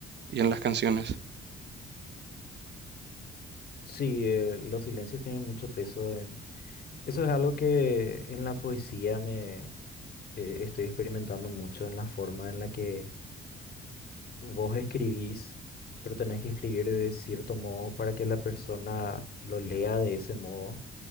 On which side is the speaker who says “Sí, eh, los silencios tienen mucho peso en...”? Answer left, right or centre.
Left